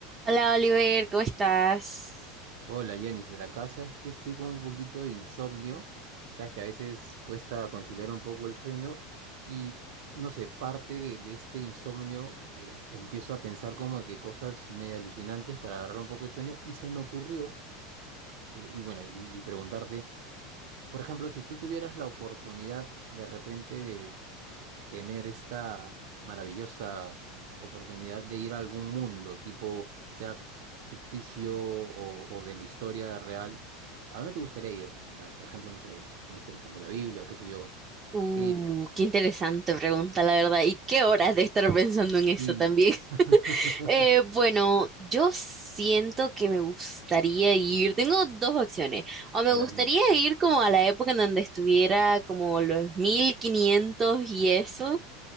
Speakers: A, on the right (about 20°); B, on the right (about 65°).
A: Hola Oliver, ¿cómo estás?
B: Hola Jennifer, acá sabes que estoy con un poquito de insomnio, sabes que a veces cuesta conciliar un poco el sueño y no sé, parte de, de este insomnio eh, empiezo a pensar como que cosas medio alucinantes para agarrar un poco de sueño y se me ocurrió, eh, y bueno, y, y preguntarte, por ejemplo, si tú tuvieras la oportunidad de repente de tener esta maravillosa oportunidad de ir a algún mundo, tipo, sea ficticio o, o de la historia real, ¿a dónde te gustaría ir? O sea, por ejemplo, no sé, una historia parte de la Biblia o qué sé yo,
A: Uh,
B: ¿qué dirías?
A: qué interesante pregunta, la verdad. ¿Y qué horas de estar pensando en eso
B: Sí.
A: también? <laughs>
B: <laughs>
A: Eh, bueno, yo siento que me gustaría ir. Tengo dos opciones. O me
B: A
A: gustaría
B: ver, dime.
A: ir como a la época en donde estuviera como los 1500 y eso.